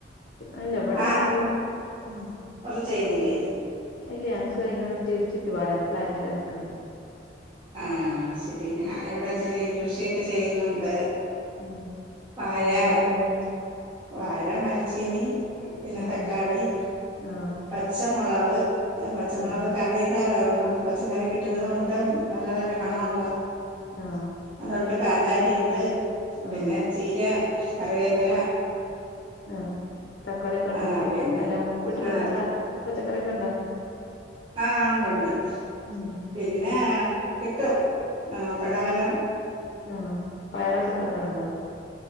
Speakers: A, on the left; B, on the right.
A: അല്ല ഇവടെ
B: ആ
A: ഞങ്ങള് ഉം
B: ഒന്നും ചെയ്യുന്നില്ലേ
A: ഇല്യ ഞങ്ങക്ക് ഐന്പറ്റ്യാരു ചുറ്റുപാടല്ല ഫ്ളാറ്റില നിക്ക്ണേ
B: ആഹ് ശരി ഞാൻ
A: ഉം
B: ഇവിടെ ഇച്ചിരി കൃഷിയൊക്കെ ചെയ്യുന്നുണ്ട്.
A: ഉം
B: വാഴാ
A: എന്തിന്റെക്കെ ഇണ്ട്
B: വാഴ മരച്ചീനി പിന്നെ
A: ആഹ്
B: തക്കാളീ
A: ആഹ്
B: പച്ചമുളവ് പച്ചമുളക്
A: ആഹ്
B: ത ഇവിടെ നമ്മള് നട്ട പച്ചക്കറി കിട്ടുന്ന ഇടം ഉണ്ട്, നല്ല നല്ല മണമുള്ള.
A: ആഹ്
B: അതുണ്ട് കാന്താരിയുണ്ട്, പിന്നെ
A: ആഹ്
B: ചീര, കറിവേപ്പില.
A: ആഹ് തക്കാളിയൊക്കെ ഉണ്ടാക്കുവോ
B: ആ പിന്നെ
A: എല്ലാം. വീട്ടിലോട്ടുള്ള
B: ആ
A: പച്ചക്കറിയൊക്കെ ഉണ്ടോ,
B: ആ ഉണ്ടുണ്ട്
A: ഉം.
B: പിന്നെ കിട്ടും ആഹ് പടവലം.
A: ആഹ് പയറുയൊക്കെ ഉണ്ടാക്കാറുണ്ടോ?